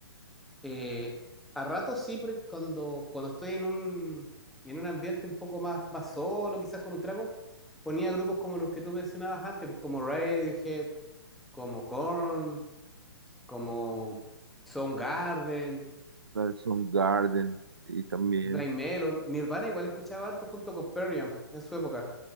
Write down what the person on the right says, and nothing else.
Son Garden y también.